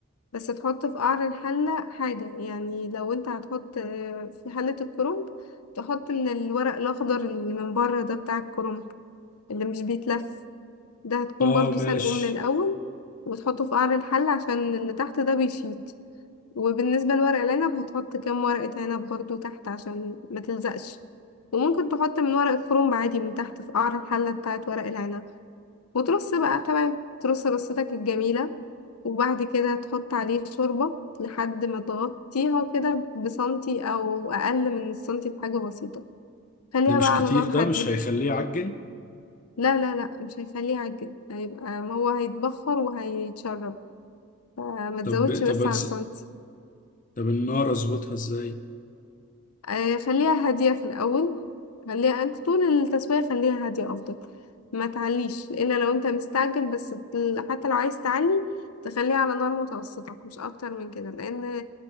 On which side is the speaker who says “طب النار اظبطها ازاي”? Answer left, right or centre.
Left